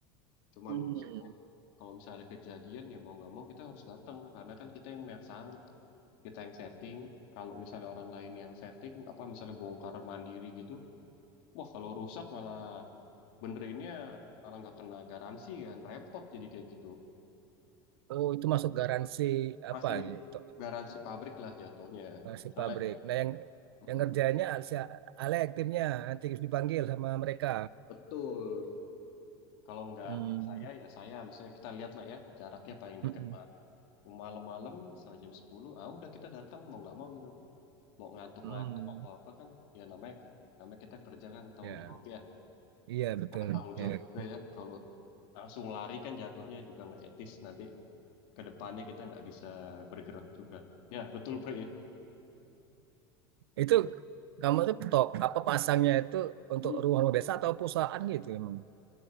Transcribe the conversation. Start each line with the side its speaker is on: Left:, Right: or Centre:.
Left: Cuman
Right: hmm.
Left: maksudnya kalau misalnya ada kejadian ya mau nggak mau kita harus datang. Karena kan kita yang memasang, kita yang setting. Kalau misalnya orang lain yang setting, apa misalnya bongkar mandiri gitu, wah kalau rusak malah benerinnya malah nggak kena garansi kan repot jadi kayak gitu
Right: Oh, itu masuk garansi
Left: masih
Right: apa nih? to-
Left: garansi pabrik lah jatuhnya
Right: Garansi
Left: misalnya
Right: pabrik. Nah, yang
Left: mm,
Right: yang kerjanya si Ale aktifnya nanti dipanggil sama mereka.
Left: Betul. kalau nggak
Right: Hmm.
Left: tim saya ya saya maksudnya kita lihat lah ya jaraknya paling deket
Right: Mm-mm.
Left: mana Mau malam-malam misalnya jam 10 ah udah kita datang mau nggak mau gitu mau ngantuk-ngantuk
Right: Hmm.
Left: atau apa kan ya namanya namanya kita kerja kan tanggung
Right: Ya,
Left: jawab ya
Right: iya betul.
Left: ada tanggung jawab
Right: Ya.
Left: juga
Right: <laughs>
Left: ya kalau langsung lari kan jatuhnya juga nggak etis nanti ke depannya kita nggak bisa bergerak juga ya betul Pri ya
Right: Itu kamu tuh tok apa pasangnya itu untuk
Left: Hmm.
Right: rumah biasa atau perusahaan gitu emang?